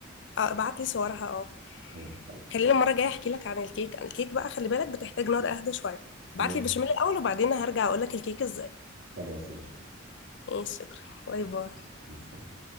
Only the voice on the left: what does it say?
اه ابعت لي صورها اه
خليني المره الجايه احكي لك عن الكيك الكيك بقى خلي بالك بتحتاج نار اهدى شويه ابعت
لي البشاميل الاول وبعدين هرجع اقول لك الكيك ازاي
ماشي شكرا باي باي